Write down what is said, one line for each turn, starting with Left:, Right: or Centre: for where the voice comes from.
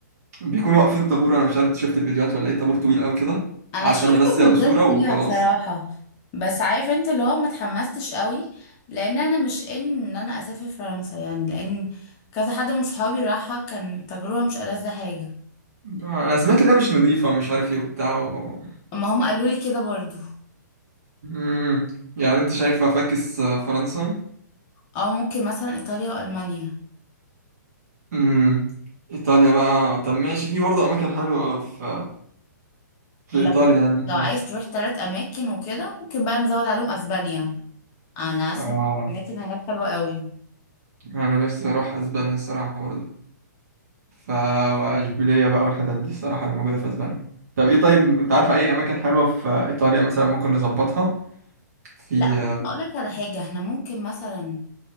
Right: بيكونوا واقفين طابور انا مش عارف انت شفت الفيديوهات ولا ايه طابور طويل قوي كده
Left: انا
Right: عشان
Left: شفت
Right: بس
Left: فلوجات
Right: ياخدوا صورة وخلاص
Left: ليها بصراحة بس عارف انت اللي هو ما اتحمستش قوي لان انا مش ان ان انا اسافر فرنسا يعني لان كذا حد من صحابي راحها كان تجربة مش ألذ حاجة
Right: آه، انا سمعت انها مش نظيفة ومش عارف ايه وبتاع و...
Left: اما هم قالوا لي كده برضو
Right: مم. يعني انت شايفة فاكس آه، فرنسا
Left: اه ممكن مثلا ايطاليا والمانيا
Right: امم ايطاليا بقى طب ماشي في برضه اماكن حلوه في في
Left: لو
Right: ايطاليا يعني ممكن
Left: لو عايز
Right: نروح
Left: تروح ثلاث اماكن وكده ممكن بقى نزود عليهم اسبانيا انا مم. اسمع
Right: اه
Left: الاماكن هناك حلوه قوي
Right: انا نفسي اروح اسبانيا الصراحه برضه ف واشبيليه بقى والحتت دي الصراحه اللي موجوده في اسبانيا طب ايه طيب انت عارفه اي اماكن حلوه في ايطاليا مثلا ممكن نظبطها في
Left: لا بص هقول لك على حاجه احنا ممكن مثلا